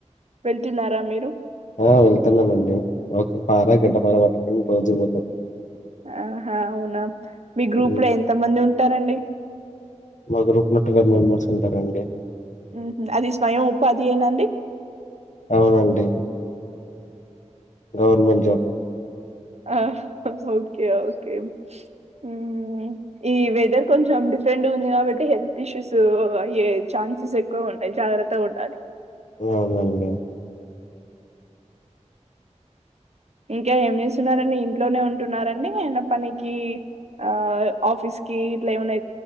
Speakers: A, on the right; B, on the left.
A: వెళ్తున్నారా మీరు
B: ఆ వెళ్తున్నామండి ఒక పార గడ్డపార పట్టుకుని రోజు పోతాం
A: ఆహా అవునా మీ గ్రూప్
B: హ్మ్.
A: లో ఎంత మంది ఉంటారండి
B: మా గ్రూప్ లో ట్వెల్వ్ మెంబర్స్ ఉంటారండి
A: ఊహూ అది స్వయం ఉపాధి యేనా అండి
B: అవునండి గవర్నమెంట్ జాబ్
A: ఆ ఓకే ఓకే హ్మ్ ఈ వెదర్ కొంచెం డిఫరెంట్గా ఉంది కాబట్టి హెల్త్ ఇష్యూస్ అయ్యే ఛాన్సెస్ ఎక్కువ ఉంటాయి జాగ్రత్తగా ఉండాలి
B: అవునండి
A: ఇంకా ఏం చేస్తున్నారండి ఇంట్లోనే ఉంటున్నారండి ఏమైనా పనికి ఆ ఆఫీస్ కి ఇట్లా ఏమనా